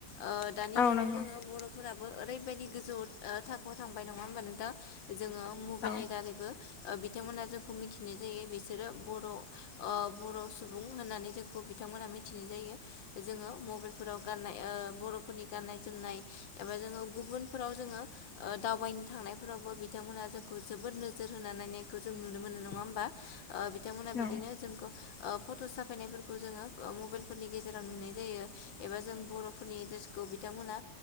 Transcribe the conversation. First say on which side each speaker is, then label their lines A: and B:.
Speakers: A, on the left; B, on the left.
A: अ दानि
B: औ
A: जुगाव
B: नंगौ
A: जोङो बर'फोरा ओरैबायाददि गोजौ ओ थाखोआव थांबाय नङा होमबा नोंथां जोङो मबाइलनि
B: औ
A: दारैबो बिथांमोना जोंखौ मिथिनाय जायो बिसोरो बर' ओ बर' सुबुं होननानै जोंखौ बिथांमोना मि मिथिनाय जायो जोङो मबाइलफोराव गाननाय ओ बर'फोरनि गान्नाय जोमनाय एबा जोङो गुब गुबुनफोराव जोङो दावबायनो थांनायफोरावबो बिथांमोना जोंखौ जोबोद नोजोर होना नायखौ जों नुनो मोनो नङा होमबा बिथांमोनहा
B: औ
A: बिदिनो जोंखौ ओ फट' साफायनायफोरखौ जोङो मबाइल फोरनि गेजेराव नुनाय जायो एबा जों बर'फोरनि द्रेसखौ बिथांमोना